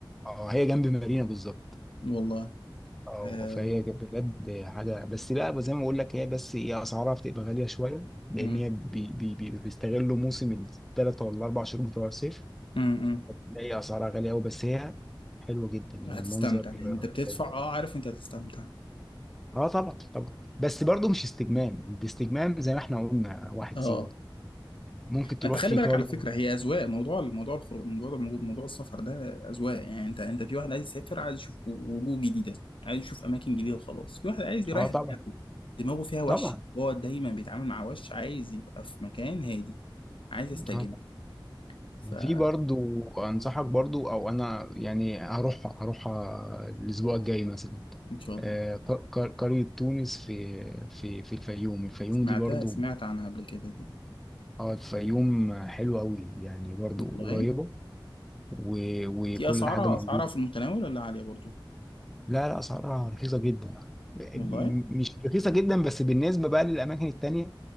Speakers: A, in the centre; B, on the left (about 85°).
A: اه هي جنب مارينا بالظبط
B: والله
A: اه
B: آه.
A: فهي كانت بجد حاجه بس بقى زي ما بقول لك هي بس هي اسعارها بتبقى غاليه شويه لان
B: امم
A: هي بي بي بي بيستغلوا موسم الثلاث ولا الاربع شهور بتوع الصيف
B: امم
A: ده هي اسعارها غاليه قوي بس هي حلوه جدا
B: هتستمتع
A: والمنظر
B: يعني انت بتدفع
A: حلو
B: اه عارف انت هتستمتع
A: اه طبعا طبعا بس برضو مش استجمام الاستجمام زي ما احنا قلنا واحد
B: اه
A: سيوه ممكن تروح
B: انت خلي
A: في
B: بالك
A: قريه
B: على فكره هي اذواق موضوع موضوع الخروج موضوع موضوع السفر ده اذواق يعني انت انت في واحد عايز يسافر عايز يشوف وجوه جديده عايز يشوف اماكن جديده وخلاص في واحد عايز يريح
A: اه طبعا
B: دماغه دماغه فيها وش
A: طبعا
B: هو دايما بيتعامل مع وش عايز يبقى في مكان هادي عايز يستجم
A: اه
B: فان
A: في برضو انصحك برضو او انا يعني هروح هروح الاسبوع الجاي مثلا
B: شاء الله
A: آه، ق- ق- قرية تونس في في في الفيوم الفيوم
B: سمعتها
A: دي برضو
B: سمعت عنها قبل كده دي
A: اه الفيوم حلوة قوي يعني برضو قريبة
B: والله
A: و- وكل
B: دي اسعارها
A: حاجة موجودة
B: اسعارها في المتناول ولا عاليه برضو
A: لا لا اسعارها رخيصة جدا م-
B: والله
A: مش رخيصة جدا بس بالنسبة بقى للأماكن التانية